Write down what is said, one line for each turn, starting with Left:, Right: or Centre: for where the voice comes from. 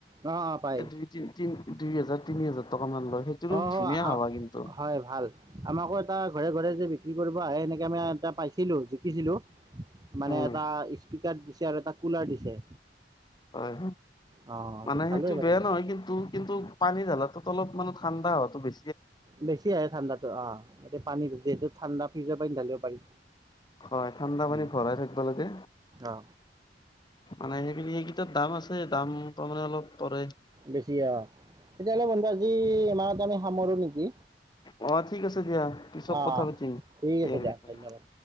Right: অ অ পায়
Left: দুই তি তি দুই হাজাৰ তিনি হাজাৰ। টকা মান লয় সেইটোৰো
Right: অ'
Left: ধুনীয়া হাৱা কিন্তু
Right: হয় ভাল আমাকো এটা। ঘৰে ঘৰে যে বিক্ৰী কৰিব আহে সেনেকে মি এটা পাইছিলো জিকিছিলো মানে
Left: উম
Right: এটা স্পকাৰ। দিছে আৰু তাক কুলাৰ দিছে।
Left: হয়
Right: অ এইটো
Left: মানে
Right: ভালেই
Left: সেইটো
Right: বাৰু
Left: বেয়া
Right: কথা
Left: নহয় কিন্তু কিন্তু পানী জালাতো। অলপান ঠাণ্ডা হোৱাটো বি
Right: বেছি আহে ঠাণ্ডাতো অ' এয়া পানী যিহেতু ঠাণ্ডা ফ্ৰিজ পানি ঢালিব পাৰি।
Left: হয় ঠাণ্ডা পানী
Right: উম
Left: ভৰাই থাকিব লাগে।
Right: অ
Left: মানে সেইনি এইকেইটাত দাম আছে দাম তাৰমানে অলপ পৰে।
Right: বেছি অ তেতিয়াহ'লে বন্ধু আজি ইমাহত আমি সামৰো নেকি।
Left: অ' ঠিক আছে দিয়া। পিছত
Right: আহ
Left: কথা পাতিম
Right: ঠিক আছে
Left: ইয়াৰ
Right: দিয়া
Left: বিষয়ে
Right: ধন্যবাদ।